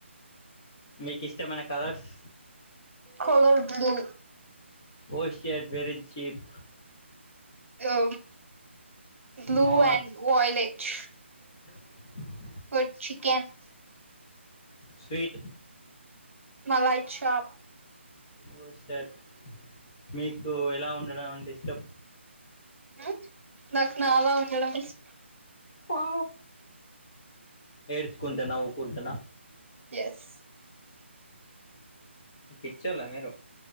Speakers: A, on the left (about 20°); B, on the right (about 80°).
A: మీకు ఇష్టమైన colours
B: colour blue
A: oh shut very cheap
B: oh blue
A: more
B: and violet
A: <inaudible>
B: food chicken
A: sweet
B: malai chop
A: oh shirt మీకు ఎలా ఉండడం అంటే ఇష్టం
B: ఉమ్ నాకు నాలా ఉండడం ఇస్
A: ఫా ఏడ్చుకుంట నవ్వుకుంటనా
B: ఎస్
A: పిచ్చోల్లా మీరు